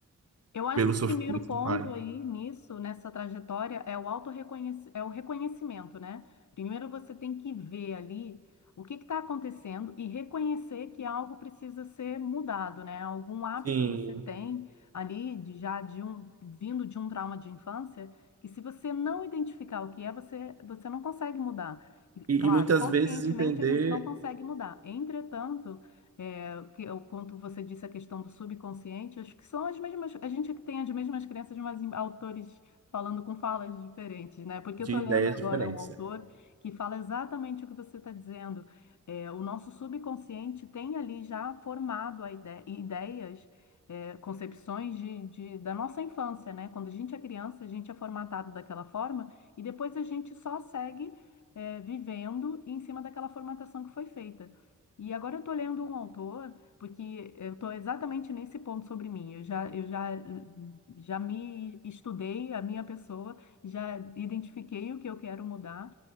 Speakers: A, on the left; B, on the right.
A: Eu acho
B: pelo
A: que
B: sofrimento
A: o primeiro ponto
B: do pai.
A: aí nisso, nessa trajetória, é o autorreconhec- é o reconhecimento, né? Primeiro você tem que ver ali o que está acontecendo e reconhecer que algo precisa ser mudado, né? Algum hábito
B: Sim.
A: você tem ali de já de um vindo de um trauma de infância que se você não identificar o que é, você você não consegue mudar. E, Claro,
B: E, e muitas
A: conscientemente
B: vezes entender
A: a gente não consegue mudar. Entretanto, é, que eu, quanto você disse a questão do subconsciente, acho que são as mesmas, a gente é que tem as mesmas crenças, mas em autores falando com falas diferentes, né? Porque
B: de
A: eu estou
B: ideias
A: lendo agora
B: diferentes,
A: um autor
B: né?
A: que fala exatamente o que você está dizendo. É, o nosso subconsciente tem ali já formado a ide- ideias, é, concepções de, de- da nossa infância, né? Quando a gente é criança, a gente é formatado daquela forma e depois a gente só segue, é, vivendo em cima daquela formatação que foi feita. E agora eu estou lendo um autor, porque eu estou exatamente nesse ponto sobre mim. Eu já, eu já, já me estudei, a minha pessoa, já identifiquei o que eu quero mudar.